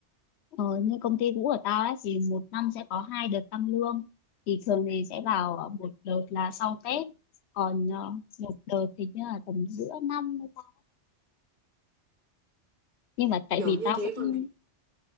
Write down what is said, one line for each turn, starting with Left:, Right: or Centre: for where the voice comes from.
Left: ờ, như công ty cũ của tao ấy thì một năm sẽ có hai đợt tăng lương thì thường thì sẽ
Right: Ừ.
Left: vào ờ, một đợt là sau Tết còn ờ, một đợt thì như là tầm giữa năm hay sao. nhưng mà tại
Right: kiểu
Left: vì
Right: như
Left: tao
Right: thế
Left: cũng
Right: còn